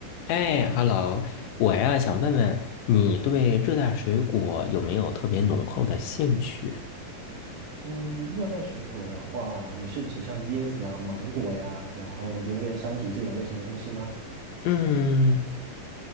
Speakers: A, on the left; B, on the right.
A: 哎，Hello，我呀想问问你对热带水果有没有特别浓厚的兴趣？
B: 嗯，热带水果的话，你是指像椰子啊、芒果呀，然后榴莲、山竹这种类型的东西吗？
A: 嗯，